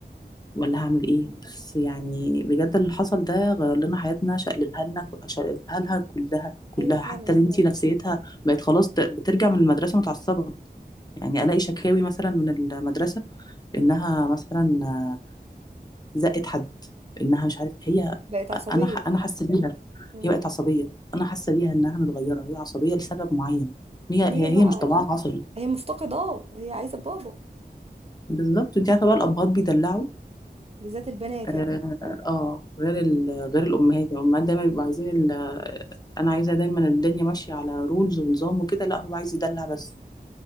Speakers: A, on the left; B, on the right.
A: ولا هعمل ايه بس يعني بجد اللي حصل ده غير لنا حياتنا شقلبها لنا شقلبها لها كلها كلها
B: ايوه فعلا
A: حتى
B: هي
A: بنتي نفسيتها بقت خلاص ت- بترجع من المدرسة متعصبة يعني الاقي شكاوي مثلا من المدرسة انها مثلا آه، زقت حد انها مش عارف هي
B: بقت عصبيه
A: انا ح- انا حاسة بيها
B: امم
A: هي بقت عصبية انا حاسة بيها انها متغيرة هي عصبية لسبب معين هي
B: ما هي
A: هي
B: بقى
A: هي مش طبعها عصبي
B: هي مفتقده اه هي عايزه بابا
A: بالظبط انت عارفة بقى الابهات بيدلعوا
B: بالذات البنات
A: اه
B: يعني
A: آه، غير ال... غير الامهات يعني الامهات دايما بيبقوا عايزين ال... انا عايزه دايما الدنيا ماشيه على رولز ونظام وكده لا هو عايز يدلع بس